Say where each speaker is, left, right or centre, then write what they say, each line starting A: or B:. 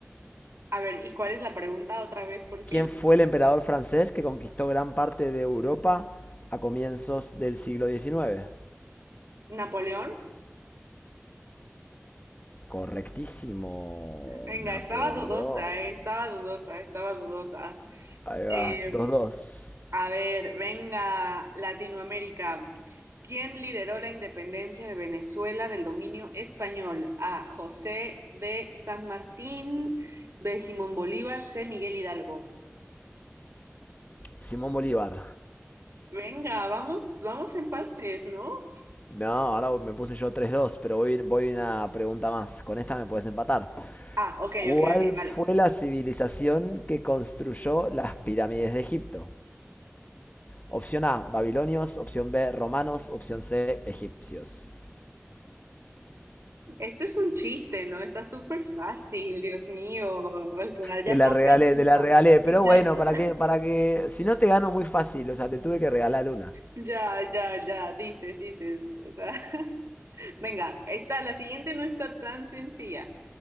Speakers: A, on the right (about 70°); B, on the left (about 30°).
A: A ver, ¿y cuál es la pregunta otra vez por fin?
B: ¿Quién fue el emperador francés que conquistó gran parte de Europa a comienzos del siglo XIX?
A: ¿Napoleón?
B: Correctísimo,
A: Venga,
B: Napoleón.
A: estaba dudosa, eh, estaba dudosa, estaba dudosa.
B: Ahí
A: Em,
B: va, dos dos.
A: A ver, venga, Latinoamérica. ¿Quién lideró la independencia de Venezuela del dominio español? A. José de San Martín, B. Simón Bolívar, C. Miguel Hidalgo.
B: Simón Bolívar.
A: Venga, vamos, vamos empates, ¿no?
B: No, ahora me puse yo tres dos, pero voy, voy una pregunta más. Con esta me puedes empatar.
A: Ah, ok,
B: ¿Cuál
A: ok, ok, vale.
B: fue la civilización que construyó las pirámides de Egipto? Opción A, babilonios. Opción B, romanos. Opción C, egipcios.
A: Esto es un chiste, ¿no? Está súper fácil, Dios mío. O sea, ya
B: Te la
A: ponme
B: regalé,
A: el punto.
B: te la regalé. Pero
A: Exacto.
B: bueno, para que, para que, si no te gano muy fácil, o sea, te tuve que regalar una.
A: Ya, ya, ya, dices, dices. O sea, <laughs> venga, esta, la siguiente no está tan sencilla.